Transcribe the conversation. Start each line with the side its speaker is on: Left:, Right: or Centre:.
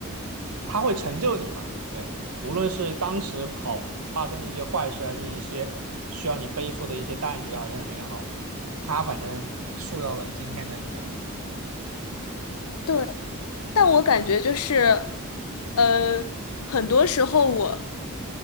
Right: 它会成就你吧？对，无论是当时跑发生的一些坏事，还是一些需要你背负的一些担子也好，干什么也好，它反正塑造了今天的一个你。对，
Left: 对，但我感觉就是，呃，很多时候我